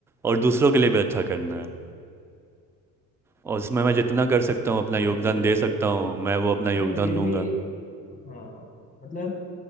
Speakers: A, in the centre; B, on the left (about 15°).
A: और दूसरों के लिए भी अच्छा करना है और उसमें मैं जितना कर सकता हूँ अपना योगदान
B: बिल्कुल
A: दे
B: बिल्कुल
A: सकता हूँ मैं वो अपना योगदान
B: नहीं ये
A: दूंगा
B: भी हाँ मतलब